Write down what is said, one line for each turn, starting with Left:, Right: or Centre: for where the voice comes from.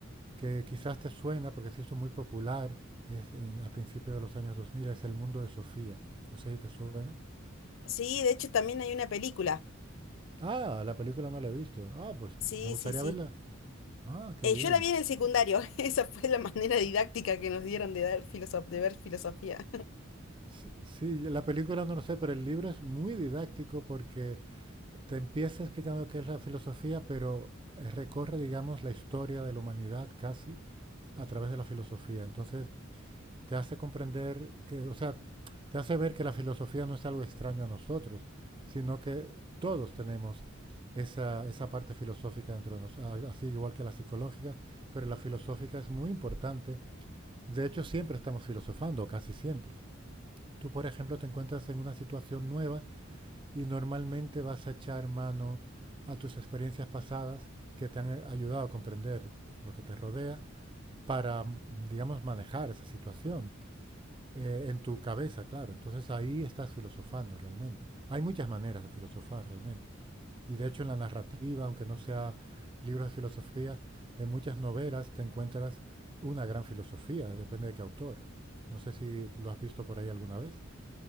Right: que quizás te suena porque se hizo muy popular es en- a principios de los años 2000, es El mundo de Sofía. No sé si te suena.
Left: Sí, de hecho también hay una película,
Right: Ah, la película no la he visto. Ah, pues
Left: sí,
Right: me gustaría
Left: sí, sí.
Right: verla. Ah, qué
Left: Eh,
Right: bien.
Left: yo la vi en el secundario, <laughs> esa fue la manera didáctica que nos dieron de, dar filosof- de ver filosofía.
Right: Sí, sí, la película no lo sé, pero el libro es muy didáctico porque te empieza explicando qué es la filosofía, pero eh, recorre, digamos, la historia de la humanidad casi a través de la filosofía. Entonces, te hace comprender que, o sea, te hace ver que la filosofía no es algo extraño a nosotros, sino que todos tenemos esa, esa parte filosófica dentro de nosotros, así igual que la psicológica, pero la filosófica es muy importante De hecho, siempre estamos filosofando, casi siempre. Tú, por ejemplo, te encuentras en una situación nueva y normalmente vas a echar mano a tus experiencias pasadas que te han eh, ayudado a comprender lo que te rodea para, mm, digamos, manejar esa situación. Eh, en tu cabeza, claro. Entonces ahí estás filosofando realmente. Hay muchas maneras de filosofar realmente. Y de hecho en la narrativa, aunque no sea libros de filosofía, en muchas novelas te encuentras una gran filosofía, depende de qué autor. No sé si lo has visto por ahí alguna vez.